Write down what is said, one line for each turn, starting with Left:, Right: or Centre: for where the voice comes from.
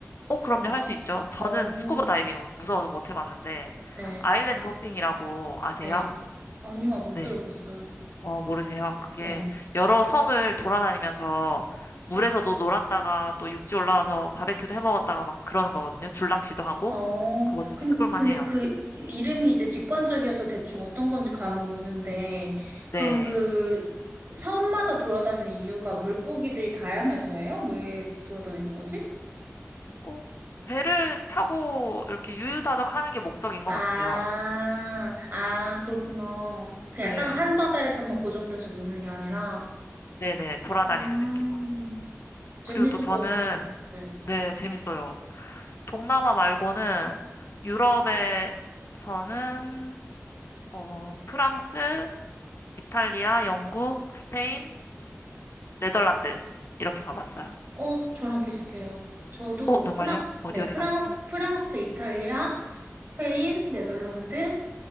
Left: 어, 그럼요.
Right: 이런
Left: 할
Right: 거?
Left: 수 있죠. 저는
Right: 어우,
Left: 스쿠버 다이빙 무서워서 못 해봤는데,
Right: 네,
Left: 아일랜드 호핑이라고 아세요?
Right: 네. 아니요, 못
Left: 네.
Right: 들어봤어요.
Left: 어, 모르세요. 그게
Right: 네.
Left: 여러 섬을 돌아다니면서 물에서도 놀았다가 또 육지 올라와서 바베큐도 해 먹었다가 막 그러는 거거든요. 줄낚시도 하고.
Right: 어,
Left: 그거 되게
Right: 근,
Left: 해볼만
Right: 근데
Left: 해요.
Right: 그 이름이 이제 직관적이어서 대충 어떤 건지 감은 오는데,
Left: 네.
Right: 그럼 그 섬마다 돌아다니는 이유가 물고기들이 다양해서예요? 왜 돌아다니는 거지?
Left: 어, 배를 타고 이렇게 유유자적 하는 게 목적인
Right: 아,
Left: 것 같아요.
Right: 아, 그렇구나. 그냥
Left: 네.
Right: 딱 한바다에서만 고정돼서 노는 게 아니라,
Left: 네네. 돌아다니는
Right: 음,
Left: 느낌으로. 그리고
Right: 재밌을
Left: 또 저는,
Right: 것 같아요. 네.
Left: 네, 재밌어요. 동남아 말고는 유럽에서는 어, 프랑스, 이탈리아, 영국, 스페인, 네덜란드 이렇게 가봤어요.
Right: 어, 저랑 비슷해요. 저도
Left: 어, 정말요?
Right: 프랑,
Left: 어디
Right: 네,
Left: 어디
Right: 프랑,
Left: 가셨어요?
Right: 프랑스, 이탈리아, 스페인, 네덜란드,